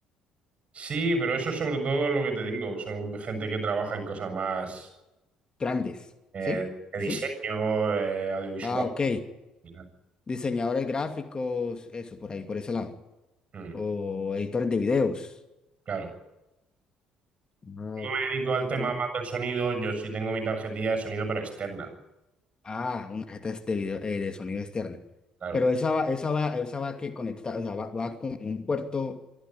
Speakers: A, on the right; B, on the left.
A: Sí, pero eso sobre todo es lo que te digo. Son gente que trabaja en cosas más
B: grandes,
A: eh,
B: ¿sí?
A: de
B: ¿Así?
A: diseño, eh, audiovisual.
B: Ah, ok.
A: y tal.
B: Diseñadores gráficos, eso, por ahí, por ese lado.
A: Mm,
B: O editores de videos.
A: claro.
B: Ah,
A: Si Yo me dedico al tema
B: pero-
A: más del sonido. Yo sí tengo mi tarjetilla de sonido, pero externa.
B: ah, una tarjeta de video, eh, de sonido externo.
A: Claro.
B: Pero esa va, esa va, esa va que conectar, o sea, va, va con un puerto